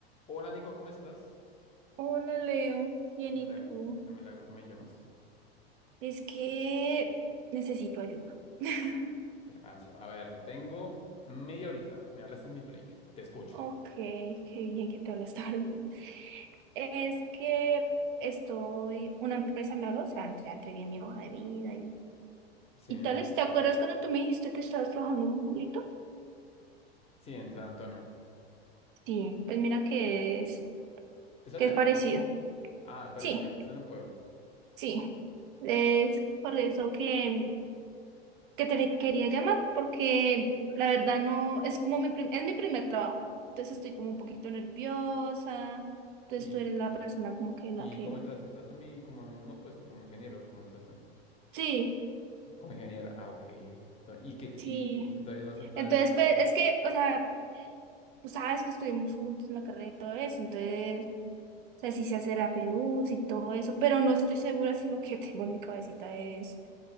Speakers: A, on the left; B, on the right.
A: Hola Nico, ¿cómo estás?
B: Hola Leo, bien
A: De milagro,
B: y tú.
A: de milagro que me llamas.
B: Es que necesito ayuda. <laughs>
A: ¿Qué pasó? A ver, tengo media horita. Me hablas en mi break. Te escucho.
B: Ok, qué bien que te hablas tarde. Es que estoy, una empresa me habló, o sea, entre- entregué mi hoja de vida y,
A: Sí,
B: y tales. ¿Te acuerdas cuando tú me dijiste que estabas trabajando en un pueblito?
A: sí, en San Antonio.
B: Sí, pues mira que es,
A: ¿Es allá?
B: que es parecido.
A: Ah, es parecido.
B: Sí,
A: Es en un pueblo.
B: sí. Es por eso que que te quería llamar porque la verdad no, es como mi, prim- es mi primer trabajo, entonces estoy como un poquito nerviosa, entonces
A: ¿Y,
B: tú eres la persona como que la
A: y
B: que...
A: cómo entraste? ¿Entraste a mi, como a mi mismo puesto, como ingeniero? ¿Cómo entraste?
B: Sí,
A: Como ingeniera. Ah, ok. Ento- ¿Y qué te-
B: sí.
A: y entonces vas a entrar
B: Entonces,
A: a San Antonio?
B: pues es que, o sea, tú sabes que estuvimos juntos en la carrera y todo eso, entonces, o sea, sí sé hacer APUs y todo eso, pero no estoy segura si lo que <laughs> tengo en mi cabecita es...